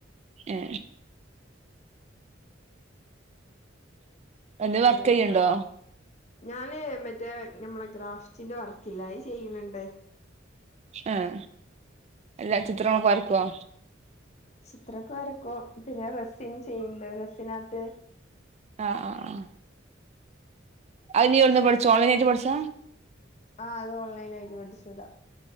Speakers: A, on the right (about 35°); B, on the left (about 35°).
A: ഏ ഒന്ന് വർക്ക്
B: വേറെന്താ
A: ചെയ്യണ്ടോ
B: ഞാന് ് നമ്മളെ ഗ്രാഫ് പിന്നെ വർക്കില്ല ചെയ്യണണ്ട്
A: ആഹ എല്ലാ ചിത്രങ്ങളൊക്കെ വരക്കുവോ
B: അത്രക്കെ ആക്കും പിന്നെ റസൻ ചെയ്യണ്ട് റസിനകത്ത്
A: ആഹ ആഹ ആഹ അത് നീ എവിന്ന് പഠിച്ചോ ഓൺലൈൻ ഏട്ട് പഠസ
B: ആഹ അത് ഓൺലൈന ആയിട്ട് പഠിച്ചുതാ